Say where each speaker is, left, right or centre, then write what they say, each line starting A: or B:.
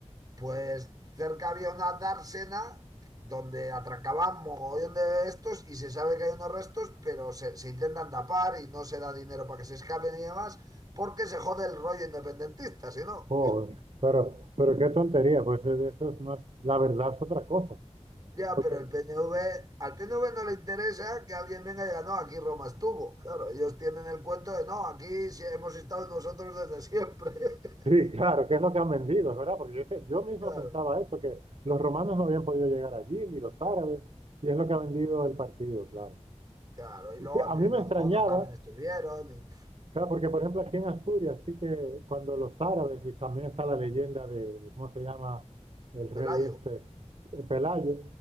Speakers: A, on the right (about 35°); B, on the right (about 55°).
A: Pues cerca había una dársena donde atracaban mogollón de estos y se sabe que hay unos restos, pero se, se intentan tapar y no se da dinero para que se escapen y demás, porque se jode el rollo independentista, si no.
B: Joder, pero, pero qué tontería, pues eh, eso es- no es, la verdad es otra cosa.
A: Ya,
B: Porque,
A: pero el PNV, al PNV no le interesa que alguien venga y diga, no, aquí Roma estuvo. Claro, ellos tienen el cuento de, no, aquí sí hemos estado nosotros desde siempre. <laughs>
B: sí, <laughs> claro, que es lo que han vendido, es verdad, porque yo, te- yo mismo
A: Claro,
B: pensaba esto, que los romanos no habían podido llegar allí, ni los árabes, y es lo que ha vendido el partido, claro.
A: claro.
B: Sí,
A: Y luego
B: sí, a mí
A: y
B: me
A: los
B: extrañaba,
A: godos también estuvieron. Y, pf,
B: claro, porque por ejemplo aquí en Asturias, sí que cuando los árabes, y también está la leyenda de, de ¿cómo se llama el rey
A: Pelayo.
B: este? Eh, Pelayo,